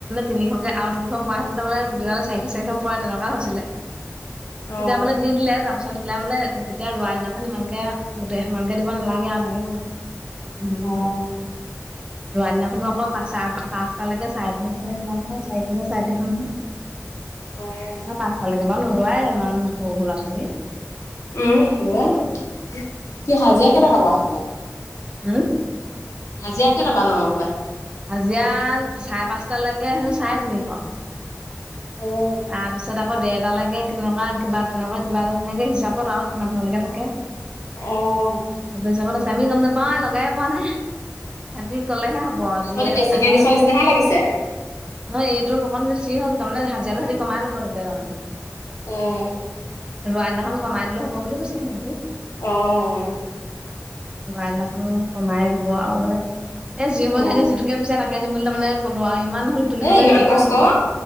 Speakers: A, on the right; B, on the left.
A: তিনিশকে আৰু তিনিশ পৰা হেঁতেন তাৰমানে গোটেই কেইটালে চাৰিশ চাৰিশ পৰা তেনেকুৱা হৈছিলে।
B: অ
A: তেতিয়া বোলে দি দিলে যা তাৰপিছত ওলাই বোলে তেতিয়া ৰোৱা দিনাখন ইমানকে গো ইমানকে দিব নালাগে আৰু এনেকে কলে। ৰোৱা
B: অ অ
A: দিনাখনো আকৌ বা চা পাঁচ টালেকে চাৰে তিনিখলে কিমান হয়? চাৰে তিনিশ চাৰে তিনিশ কে।
B: অঁ।
A: পাঁচটালৈকে বাৰু নোৰুৱাই ইমান সৰু সৰু লৰা ছোৱালী।
B: উম নোৰুৱাই। কি হাজিৰা কেইটকা বাৰু সেইফালে?
A: উম,
B: হাজিৰা কেইটকানো আপোনাৰ ফালে?
A: হাজিৰা চাৰে পাঁচটালৈকে হে চাৰে তিনিশ।
B: অ',
A: তাৰপিছত আকৌ দেৰটা লাগে কেনেকুৱা কিবা তেনেকুৱা কিবা এটা তেনেকে হিচাপত আৰু কিমান সময়লৈকে থাকে।
B: অঁহ।
A: সেইটো হিচাপত আছে আমি গম নাপাাই লগাইে পোৱা সিহঁতি কলেহে হ'ব।
B: তহঁতি
A: এ
B: বেছিকে
A: আহে।
B: দিছ নিচিনাহে লাগিছে
A: নহয় এইটোৰ অকন বেছি হ'ল তাৰমানে হাজিৰাটো সিহতি কমাই ল'ব তেতিয়া তাৰমানে।
B: উমঁ!
A: ৰোৱ নহল কমাই দিলেওঁ হ'ব বুলি কৈছে সিহঁতি।
B: অঁ অঁ!
A: লোৱাদিনাখন কমাই দিব আৰু বোলে এই যি হবৰ
B: অ
A: সহতিতে যিটো- তাকে দিম বুলি তামানে কলো মানে কলো উৱা ইমান হ'ল। তুলিবলৈ
B: এ
A: ইমান
B: কষ্ট